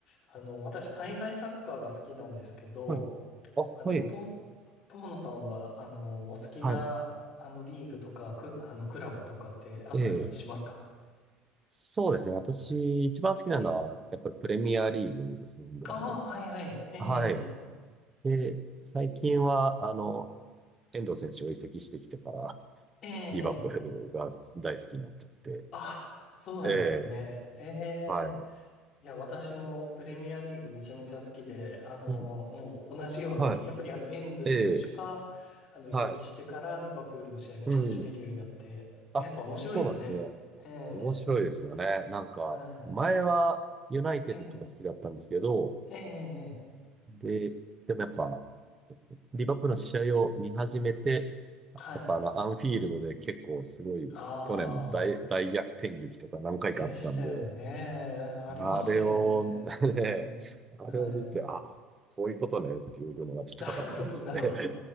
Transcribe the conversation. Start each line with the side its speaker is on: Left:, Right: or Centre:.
Left: あの、私、海外サッカーが好きなんですけど、
Right: はい。あ、
Left: あの、
Right: はい。
Left: とも、友野さんは、あの、お好きな、
Right: は
Left: あの、リーグとか、く、あの、クラブとかってあったりしますか
Right: い。ええ。そうですね。私、一番好きなのは、
Left: はい。
Right: やっぱりプレミアリーグですね、イングランドが。
Left: ああ、はいはい。ええ、
Right: はい。で、最近は、あの、遠藤選手を移籍してきてから、
Left: ええ、ええ。
Right: リバプールが大好きになっちゃって。
Left: ええあ、そうなんですね。
Right: ええ、
Left: え
Right: はい。
Left: え。いや、私もプレミアリーグめちゃめちゃ好きで、あの、
Right: うん。
Left: もう同じように、
Right: はい。
Left: やっぱりあの、遠藤選手が、
Right: ええ、
Left: あの、移籍してからリバプールの試合めちゃめちゃ見るようになって、
Right: はい。うん。
Left: やっぱ面白いですね。
Right: あ、そうなんですね。
Left: ええ。
Right: 面白いですよね。なんか、
Left: はい。
Right: 前はユナイテッドとか好きだったんですけど、
Left: ええ、ええ、ええ
Right: で、でもやっぱ、リバプールの試合を見始めて、やっぱあの、
Left: はい。
Right: アンフィールドで結構すごい、
Left: ああ、
Right: 去年も大、大逆転劇とか何回かあったんで、
Left: でしたよね。うんありましたよね。
Right: あれを、<laughs>
Left: ええ、
Right: ね、あれを見て、
Left: はい。
Right: ああ、こういうことねっていうのがちょっと分かった感じですね。
Left: <laughs> なるほど。